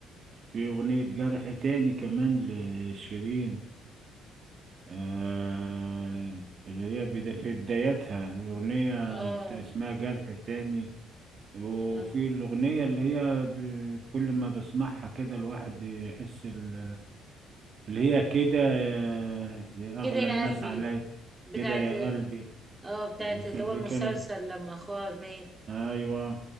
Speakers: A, on the right; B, on the right.
A: في أغنية جرح تاني كمان لشيرين آه اللي هي بدا في بدايتها الأغنية
B: اه
A: بتاع اسمها جرح تاني وفي
B: آه.
A: الأغنية اللي هي ب... كل ما بسمعها كده الواحد يحس ال... اللي هي كده يا... يا
B: كده
A: أغلى
B: يا
A: الناس
B: قلبي
A: عليا
B: بتاعت
A: كده يا قلبي
B: اه بتاعت اللي
A: فدي
B: هو المسلسل
A: كانت
B: لما اخوها مات
A: ايوه